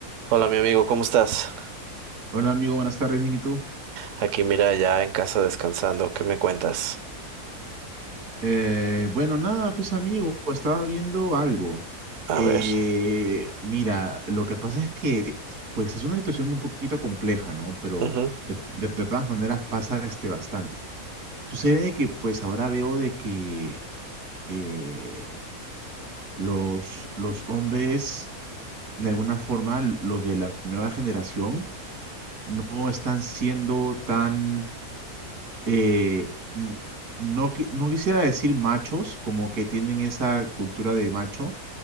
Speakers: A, on the right (about 60°); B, on the right (about 80°).
A: Hola, mi amigo, ¿cómo estás?
B: Hola amigo, buenas tardes, bien, ¿y tú?
A: Aquí, mira, ya en casa descansando. ¿Qué me cuentas?
B: Eh, bueno, nada, pues amigo, estaba viendo algo. Eh,
A: A ver.
B: mira, lo que pasa es que, pues es una situación un poquito compleja, ¿no? Pero
A: Ujú,
B: de, de- de todas maneras pasa este bastante. Sucede que, pues ahora veo de que eh, los, los hombres, de alguna forma, los de la nueva generación, no están siendo tan eh, n- no, qui- no quisiera decir machos, como que tienen esa cultura de macho,